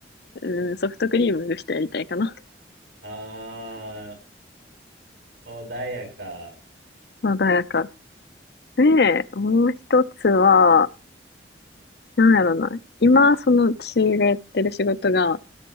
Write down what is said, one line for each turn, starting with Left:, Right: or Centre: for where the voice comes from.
Left: うん、ソフトクリームの人やりたいかな。
Right: あ、ああ、ああ、穏やか。
Left: 穏やか。で、もう一つは、なんやろうな。今、その私がやってる仕事が、